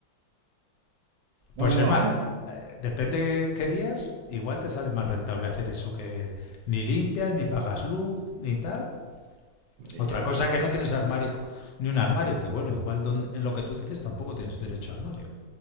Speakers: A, on the right; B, on the left.
A: No,
B: pues
A: no,
B: es más,
A: a ver.
B: eh, depende qué días, igual te sale más rentable hacer eso que ni limpias, ni pagas luz, ni tal.
A: Vale,
B: Otra
A: ya
B: cosa
A: puestos.
B: que no tienes armario, ni un armario, que bueno, igual don- en lo que tú dices tampoco tienes derecho a armario.